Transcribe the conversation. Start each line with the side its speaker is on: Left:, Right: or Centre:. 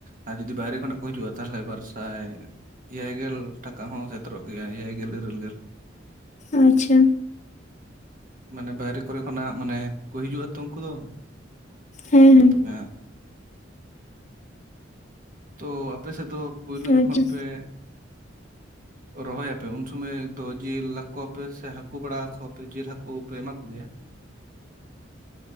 Right: ᱟᱨ ᱡᱩᱫᱤ ᱵᱟᱭᱨᱮ ᱠᱷᱚᱱᱟᱜ ᱠᱚ ᱦᱤᱡᱩᱜᱼᱟ ᱛᱟᱦᱚᱞᱮ ᱵᱟᱨ ᱥᱟᱭ ᱮᱭᱟᱭ ᱜᱮᱞ ᱴᱟᱠᱟ ᱦᱚᱸ ᱥᱮᱛᱮᱨᱚᱜ ᱜᱮᱭᱟ ᱮᱭᱟᱭ ᱜᱮᱞ ᱤᱨᱟᱹᱞ ᱜᱮᱞ
Left: ᱟᱪᱪᱷᱟ
Right: ᱢᱟᱱᱮ ᱵᱟᱭᱨᱮ ᱠᱚᱨᱮ ᱠᱷᱚᱱᱟᱜ ᱢᱟᱱᱮ ᱠᱚ ᱦᱤᱡᱩᱜᱼᱟ ᱛᱚ ᱩᱱᱠᱩ ᱫᱚ
Left: ᱦᱮᱸ
Right: ᱟᱫᱚ ᱛᱚᱵᱮ ᱛᱳ ᱟᱯᱮ ᱥᱮᱫ ᱫᱚ ᱯᱳᱭᱞᱳ
Left: ᱦᱮᱸ
Right: ᱡᱚᱠᱷᱚᱱ
Left: ᱟᱪᱪᱷᱟ
Right: ᱯᱮ ᱨᱚᱦᱚᱭ ᱟᱯᱮ ᱩᱱ ᱥᱩᱢᱚᱭ ᱫᱚ ᱡᱤᱞ ᱞᱟᱠᱚᱣᱟ ᱯᱮᱥ ᱦᱟᱹᱠᱩ ᱵᱟᱲᱟ ᱟᱠᱚᱣᱟᱯᱮ ᱡᱤᱞ ᱦᱟᱹᱠᱩ ᱯᱮ ᱮᱢᱟ ᱠᱚᱜᱮᱭᱟ